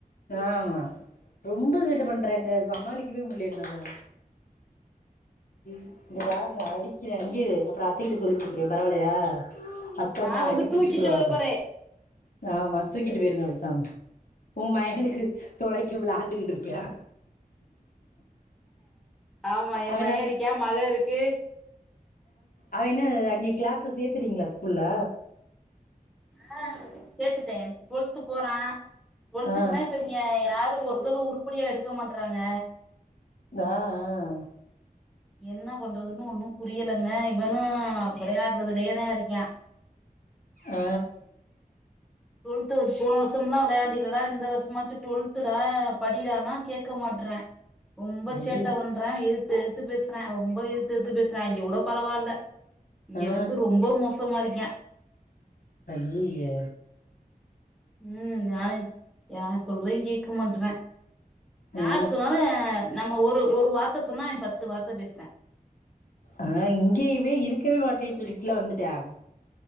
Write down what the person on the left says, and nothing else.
ஆமா ரொம்ப சேட்ட பண்றாங்க சமாளிக்கவே முடில என்னால இ பாருங்க அடிக்குர இங்கேரு அப்புறோ அத்தைகிட்ட சொல்லி குடுத்துருவே பரவால்லையா அத்த
தா
அடி
பிச்சுப்பிடுவாங்க
ஆமா தூக்கிட்டு போயிருங்க பெசாம உன் மையனுக்கு தொணைக்கு விளாண்டுகிட்டு இருப்பே
அவன
அவனே அங்கே கிளாஸ்ல சேர்த்துறீங்களா ஸ்கூல்ல
ஆ
ஆ ஆ
ஆ
ஐயே
ஆ
அய்யய்யே
ஆ
ஆ இங்கயவே இருக்கவே மாட்டேன்னு சொல்லிட்டுல வந்துட்டா